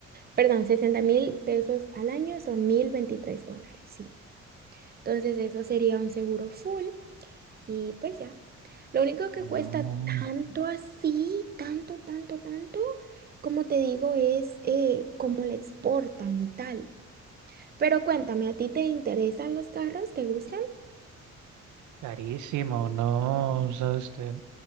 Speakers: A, on the right (about 30°); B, on the right (about 75°).
A: Perdón, sesenta mil pesos al año son 1.023 dólares, sí. Entonces eso sería un seguro full y pues ya. Lo único que
B: No,
A: cuesta tanto así, tanto, tanto, tanto, como te digo, es eh, cómo la exportan y tal. Pero cuéntame, ¿a ti te interesan los carros? ¿Te gustan?
B: carísimo, no. o sea, este,